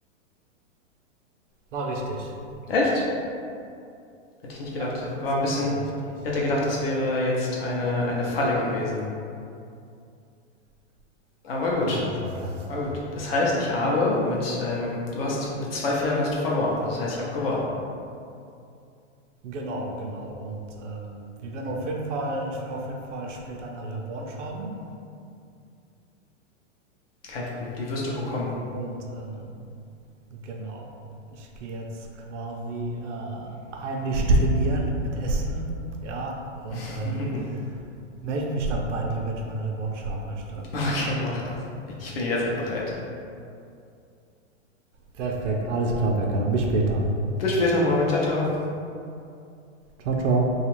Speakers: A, on the right (about 70°); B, on the left (about 50°).
A: War richtig.
B: Echt? Hätte ich nicht gedacht.
A: Ja, Konstanz
B: War ein bisschen.
A: war richtig.
B: Ich hätte gedacht, das wäre jetzt eine, eine Falle gewesen. Aber gut.
A: Nein, das war keine Falle.
B: Aber gut. Das heißt, ich habe mit, ähm, du hast, mit zwei Fehlern hast du verloren. Also das heißt, ich habe gewonnen.
A: Genau, genau. Und ähm, wir werden auf jeden Fall, ich will auf jeden Fall später eine Revanche haben.
B: Kein Problem, die wirst du bekommen.
A: Und ähm, genau, ich gehe jetzt quasi äh, heimlich trainieren mit Essen. Ja, und
B: <laughs>
A: ähm, Melde mich dann bei dir, wenn ich meine Revanche haben möchte.
B: Okay, mach das. Ich bin jederzeit bereit.
A: Perfekt, alles klar, Berkan. Dann bis später.
B: Bis später, Mohammed. Ciao, ciao.
A: Ciao, ciao.